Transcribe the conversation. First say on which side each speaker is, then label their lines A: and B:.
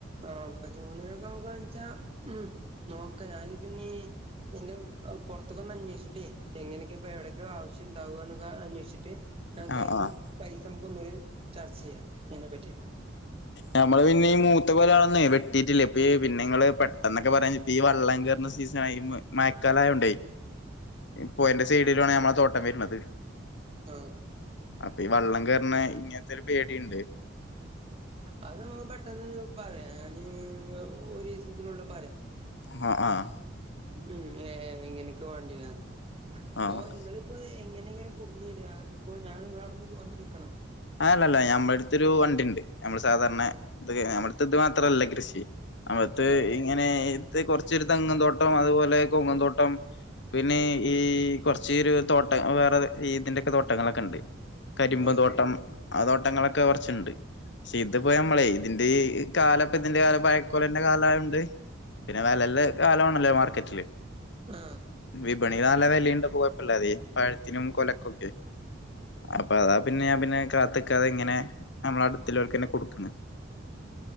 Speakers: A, on the right (about 30°); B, on the left (about 65°).
A: ആഹ്, അപ്പൊ തൂണൊക്കെ, നോക്കാന്ന്, വെച്ചാ, ഉം നോക്ക, ഞാനിപ്പന്നീ നിന്റെ, പുറത്തക്കൊന്ന അന്വേഷിച്ചിട്ടേ, എങ്ങനെയൊക്കെ, ഇപ്പ എവിടൊക്കോ, ആവശ്യംണ്ടാവ, എന്നൊക്കെ, അന്വേഷിച്ചിട്ട് ആകഴിഞ്,
B: ആഹ് ആഹ്
A: പൈസ നമുക്ക് ഒന്നുകൂടി, ചർച്ച ചെയ്യാം, അതിനെ പറ്റി.
B: ഞമ്മള്, പിന്നെ ഈ മൂത്ത കൊലാളൊന്നെ, വെട്ടീട്ടില്ല, ഇപ്പയീ പിന്നെ ഇങ്ങള്, പെട്ടെന്നൊക്കെ പറയാ ഞിപ്പോ, ഈ വള്ളം, കേറണ സീസണാ യോണ്ട് മയക്കാലായോണ്ടെ പൊയേന്റെ സൈഡിലാണ് ഞമ്മളെ തോട്ടം വരണത്
A: ആഹ്
B: അപ്പൊ ഈ വെള്ളം കേറണ ഇങ്ങനത്തെ ഒരു പേടിണ്ട്
A: അത് നമുക്ക് പെട്ടെന്ന് പറയാം ഞാന് ഒരീസത്തിനുള്ള് പറയാം
B: ആഹ് ആഹ്
A: ഉം ഏ എങ്ങനൊക്കെ വേണ്ടി രാന്ന്
B: ആഹ്
A: ഓ ഇങ്ങള് ഇപ്പോയ് എങ്ങനെ ഹെല കൊടുന്നെരാ അതിപ്പോ ഞാൻ ഇങ്ങള അവിടുന്ന് വന്ന് ഇട്ക്കണോ
B: ആല്ലല്ല ഞമ്മടുത്തൊരു വണ്ടിണ്ട് നമ്മൾ സാധാരണ ഇത് നമ്മടുത്തെ ഇത് മാത്രല്ല കൃഷി അവിത്തെ
A: ഏ
B: ഇങ്ങനെ ഇ കൊറച്ചൊരു തെങ്ങൻന്തോട്ടം അതുപോലെ കൊങ്ങൻന്തോട്ടം പിന്നെ ഈ കൊറച്ച് ഒരു തോട്ട വേറെ ഇതിന്റൊ ക്കെ തോട്ടങ്ങളൊക്കെ ഉണ്ട് കരിമ്പ്
A: ആ
B: തോട്ടം ആ തോട്ടങ്ങളൊക്കെ കുറച്ചണ്ട് പക്ഷെ ഇത് പോയി നമ്മളെ ഇതിന്റെ കാലപ്പ ഇതിന്റെ കാല പഴക്കലന്റെ കാലായോ ണ്ട് പിന്നെ വിലല്ല കാലമാണല്ലോ മാർക്കറ്റില്
A: ആ
B: വിപണി നല്ല വിലയുണ്ട് കുഴപ്പില്ലാതെ പഴത്തിനും കൊലക്കൊക്കെ അപ്പൊ അതാ പിന്നെ ഞാൻ പിന്നെ കാത്തക്കാതെ ഇങ്ങനെ നമ്മള അടുത്തുള്ളവർക്ക്ന്നെ കൊടുക്കണെ